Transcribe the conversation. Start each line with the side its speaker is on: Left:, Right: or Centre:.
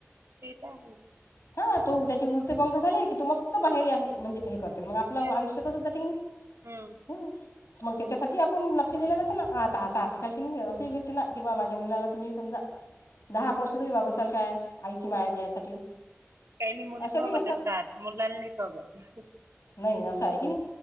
Right: तेच आहे.
Left: हा तो त्याचे उरते पंख झाले की तू मस्त बाहेर म्हणजे हे कर म आपल
Right: ते
Left: आयुष्या
Right: असत
Left: तसच जाते की नाई?
Right: हम्म
Left: मग त्याच्यासाठी आपण लक्ष दिलं जाते ना आता आता आजकाल की नाई असंही भेटते ना की बा माझ्या मुला तुम्ही समजा दहाक कोश तरी बाबसाल काय आईची माया द्यायसाठी?
Right: काय नाय मुलीच
Left: अशातही
Right: वागवत
Left: बसतात
Right: असतात मुलाला नाहीत वागत.
Left: नाही असं हाय की नाई?